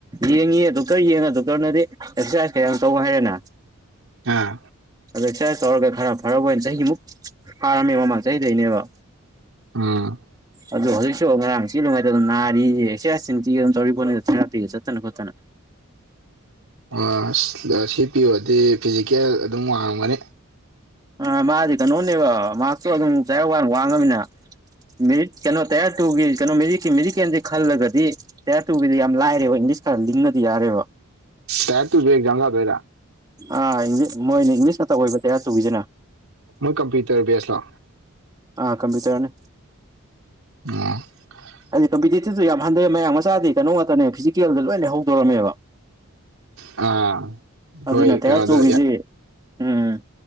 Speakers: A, on the right; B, on the right.
A: ꯌꯦꯡꯉꯌꯦ ꯗꯣꯛꯇꯔ ꯌꯦꯡꯉ ꯗꯣꯛꯇꯔꯅꯗꯤ ꯑꯦꯛꯁꯔꯁꯥꯏꯁ ꯀꯥ ꯌꯥꯝ ꯇꯧ ꯍꯥꯏꯔꯦꯅ
B: ꯑꯥ
A: ꯑꯗ ꯑꯦꯛꯁꯔꯁꯥꯏꯁ ꯇꯧꯔꯒ ꯈꯔ ꯐꯔꯕꯣꯏꯅ ꯆꯍꯤꯃꯨꯛ ꯐꯥꯔꯝꯃꯦ ꯃꯃꯥꯡ ꯆꯍꯤꯗꯩꯅꯦꯕ
B: ꯎꯝ
A: ꯑꯗꯨ ꯍꯧꯖꯤꯛꯁꯨ ꯉꯔꯥꯡ ꯆꯦꯂꯨꯉꯥꯏꯗ ꯑꯗꯨꯝ ꯅꯥꯔꯤ <unintelligible> ꯑꯗꯨꯝ ꯇꯧꯔꯤ ꯄꯣꯠꯅꯤ ꯊꯦꯔꯥꯄꯤꯒ ꯆꯠꯇꯅ ꯈꯣꯠꯇꯅ
B: ꯑꯥ ꯁꯤ ꯄꯤ ꯑꯣꯗꯤ ꯐꯤꯖꯤꯀꯦꯜ ꯑꯗꯨꯝ ꯋꯥꯡꯉꯝꯒꯅꯤ
A: ꯑ ꯃꯥꯗꯤ ꯀꯩꯅꯣꯅꯦꯕ ꯃꯔꯛꯇꯣ ꯑꯗꯨꯝ ꯇꯌꯥꯔ ꯋꯥꯟ ꯋꯥꯡꯉꯃꯤꯅ ꯃꯦꯔꯤꯠ ꯀꯩꯅꯣ ꯇꯌꯥꯔ ꯇꯧꯒꯤ ꯀꯩꯅꯣ ꯃꯦꯔꯤ ꯀꯤꯝ ꯃꯦꯔꯤ ꯀꯦꯟꯗꯤ ꯈꯜꯂꯒꯗꯤ ꯇꯌꯥꯔ ꯇꯨꯒꯤꯗꯤ ꯌꯥꯝ ꯂꯥꯏꯔꯦꯕ ꯏꯪꯂꯤꯁ ꯈꯔ ꯂꯤꯡꯉꯗꯤ ꯌꯥꯔꯦꯕ
B: ꯇ꯭ꯌꯥꯔ ꯇꯨꯖꯨ ꯑꯦꯛꯖꯥꯝ ꯊꯥꯗꯣꯏꯔ
A: ꯑꯥ ꯏ ꯃꯣꯏꯅ ꯏꯪꯂꯤꯁ ꯉꯥꯛꯇ ꯑꯣꯏꯕ ꯇ꯭ꯌꯥꯔ ꯇꯨꯒꯤꯖꯤꯅ
B: ꯃꯣꯏ ꯀꯝꯄꯌꯨꯇꯔ ꯕꯦꯁ ꯂꯣ
A: ꯑꯥ ꯀꯝꯄ꯭ꯌꯨꯇꯔꯅꯤ
B: <unintelligible>
A: ꯍꯥꯏꯗꯤ ꯀꯝꯄꯤꯇꯤꯇꯤꯞꯇꯣ ꯌꯥꯝ ꯍꯟꯊꯩ ꯃꯌꯥꯝ ꯃꯆꯥꯗꯤ ꯀꯩꯅꯣ ꯉꯥꯛꯇꯅꯦ ꯐꯤꯖꯤꯀꯦꯜꯗ ꯂꯣꯏꯅ ꯂꯩꯗꯣꯔꯝꯃꯦꯕ
B: ꯑꯥ
A: <inaudible> ꯑꯗꯨ
B: ꯍꯣꯏ
A: ꯅ ꯇꯌꯥꯔ
B: ꯀꯩꯅꯣꯗ
A: ꯇꯨꯒꯤꯖꯤ ꯎꯝ